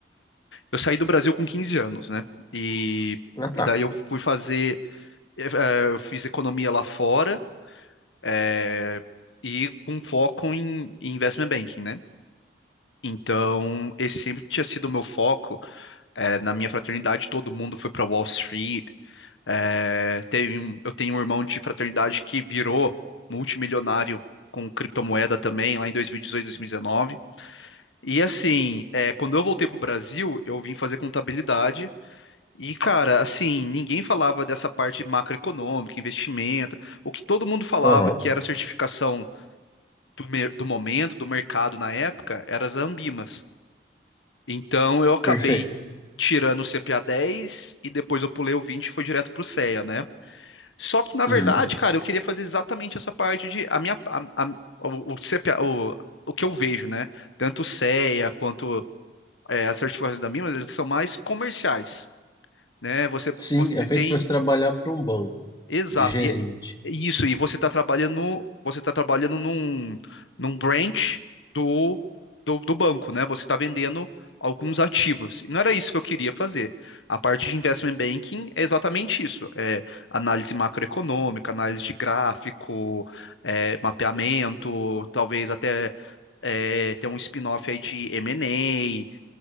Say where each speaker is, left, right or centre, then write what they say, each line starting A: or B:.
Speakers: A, on the left; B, on the left.
A: eu saí do Brasil com 15 anos, né? E,
B: Ah, tá.
A: e daí eu fui fazer. é, é, Eu fiz economia lá fora, é, e com foco em, em investment banking, né? Então, esse sempre tinha sido o meu foco. É, na minha fraternidade, todo mundo foi para Wall Street, É, teve um- eu tenho um irmão de fraternidade que virou multimilionário com criptomoeda também, lá em 2018, 2019. E dezoito, dois mil e dezenove. E assim, é, quando eu voltei pro Brasil, eu vim fazer contabilidade. E, cara, assim, ninguém falava dessa parte macroeconômica, investimento. O que todo mundo falava
B: Aham,
A: que era certificação do, mer- do momento, do mercado na época, eram as Ambimas. Então, eu acabei
B: perfeito.
A: tirando o CPA 10 e depois eu pulei o 20 e foi direto pro CEA, né? Só que, na
B: Uhum.
A: verdade, cara, eu queria fazer exatamente essa parte de a minha a- a- o, o, CPA o, o que eu vejo, né? Tanto o CEA quanto é, as certificações da Mimas, eles são mais comerciais, né? Você
B: Sim,
A: você
B: é feito
A: tem
B: para você trabalhar para um banco
A: Exato.
B: de gerente.
A: E é- e isso, e você está trabalhando, no- você está trabalhando num, num branch do, do, do banco, né? Você está vendendo alguns ativos. E não era isso que eu queria fazer. A parte de investment banking é exatamente isso. É análise macroeconômica, análise de gráfico, é, mapeamento, talvez até é, ter um spin-off aí de M&A.